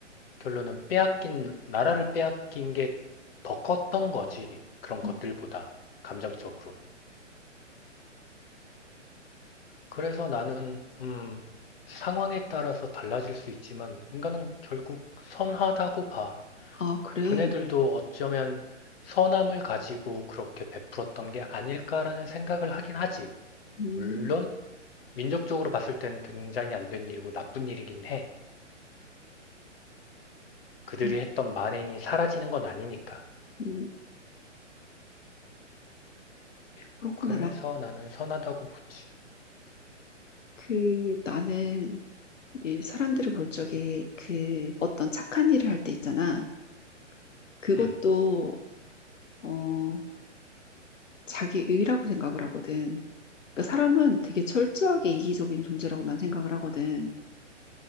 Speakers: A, on the left; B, on the left.
A: 결론은 빼앗긴, 나라를 빼앗긴 게 더 컸던 거지. 그런 것들보다.
B: 음.
A: 감정적으로. 그래서 나는, 음, 상황에 따라서 달라질 수 있지만, 인간은 결국 선하다고 봐.
B: 아, 그래?
A: 그네들도 어쩌면 선함을 가지고 그렇게 베풀었던 게 아닐까라는 생각을 하긴 하지.
B: 음,
A: 물론, 민족적으로 봤을 때는 굉장히 안 된 일이고 나쁜 일이긴 해. 그들이
B: 음.
A: 했던 만행이 사라지는 건 아니니까.
B: 음. 그렇구나.
A: 그래서
B: 나,
A: 나는 선하다고 보지.
B: 그, 나는 이 사람들을 볼 적에 그 어떤 착한 일을 할 때 있잖아. 그것도,
A: 음,
B: 어, 자기 의라고 생각을 하거든. 그러니까 사람은 되게 철저하게 이기적인 존재라고 난 생각을 하거든.